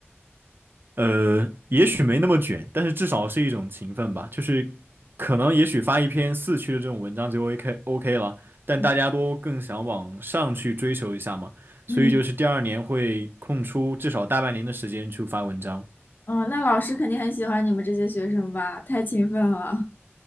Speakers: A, on the right (about 50°); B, on the left (about 45°).
A: 呃，也许没那么卷，但是至少是一种勤奋吧。就是可能也许发一篇四区的这种文章就 OK OK 了，但大家都更想往上去追求一下嘛，
B: 嗯嗯，
A: 所以就是第二年会空出至少大半年的时间去发文章。
B: 哦，那老师肯定很喜欢你们这些学生吧？太勤奋了。